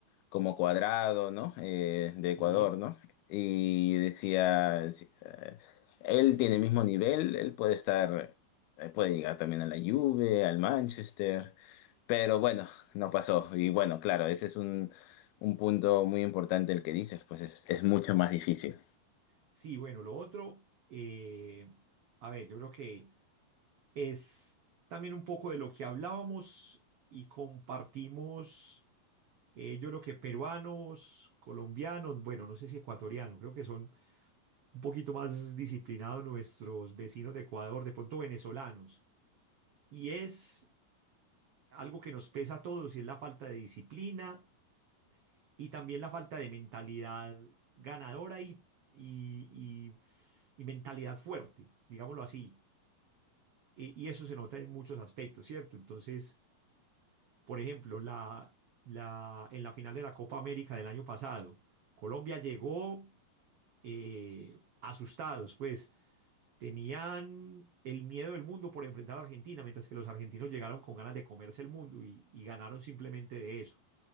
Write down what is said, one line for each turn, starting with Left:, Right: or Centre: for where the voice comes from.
Left: como Cuadrado, ¿no? Eh, de Ecuador,
Right: Sí,
Left: ¿no? Y decía, sí, eh, él tiene el mismo nivel, él puede estar, eh, puede llegar también a la Juve, al Manchester, pero bueno, no pasó. Y bueno, claro, ese es un, un punto muy importante el que dices, pues es, es mucho más difícil.
Right: sí, bueno, lo otro, eh, a ver, yo creo que es también un poco de lo que hablábamos y compartimos Eh, yo creo que peruanos, colombianos, bueno, no sé si ecuatorianos, creo que son un poquito más disciplinados nuestros vecinos de Ecuador, de pronto venezolanos. Y es algo que nos pesa a todos y es la falta de disciplina y también la falta de mentalidad ganadora y, y, y- y mentalidad fuerte, digámoslo así. E- y eso se nota en muchos aspectos, ¿cierto? Entonces, por ejemplo, la, la, en la final de la Copa América del año pasado, Colombia llegó eh, asustados, pues tenían el miedo del mundo por enfrentar a Argentina, mientras que los argentinos llegaron con ganas de comerse el mundo y, y ganaron simplemente de eso.